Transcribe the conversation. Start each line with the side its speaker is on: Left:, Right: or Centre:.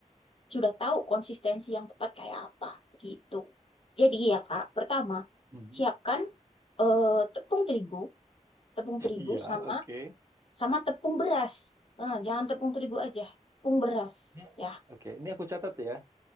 Left: sudah tahu konsistensi yang tepat kayak apa gitu jadi ya Kak pertama
Right: Mhm.
Left: siapkan eh, tepung terigu tepung
Right: <laughs>
Left: terigu
Right: Iya,
Left: sama
Right: oke.
Left: sama tepung beras Eh, jangan tepung terigu aja tepung beras
Right: Ya,
Left: ya
Right: Oke, ini aku catat ya.